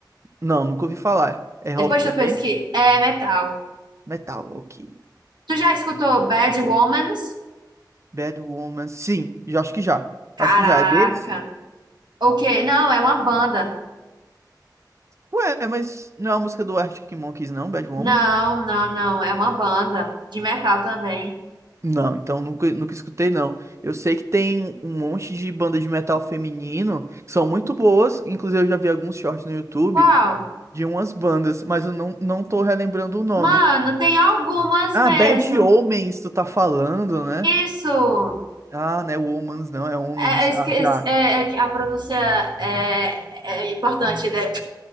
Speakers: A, on the right; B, on the right.
A: Não, nunca ouvi falar. É rock
B: Depois
A: também?
B: tu pesquisa. É metal.
A: Metal, ok.
B: Tu já escutou
A: Metal,
B: Bad
A: metal.
B: Womans?
A: Bad Woman, sim, já acho que já.
B: Caraca.
A: Acho que já é deles.
B: O quê? Não, é uma banda.
A: Ué, mas não é a música do Arctic Monkeys, não, Bad Woman?
B: Não, não, não. É uma banda de metal também.
A: Não, então nunca, nunca escutei, não. Eu sei que tem um monte de bandas de metal feminino que são muito boas. Inclusive, eu já vi alguns shorts no YouTube
B: Qual?
A: de umas bandas, mas eu não, não tô relembrando o nome.
B: Mano, tem algumas
A: Ah,
B: mesmo.
A: Bad Omens, tu tá falando, né?
B: Isso!
A: Ah, não é Womans, não, é Homens.
B: É, é, esque-
A: Ah, já.
B: é- é que a pronúncia é, é importante, né?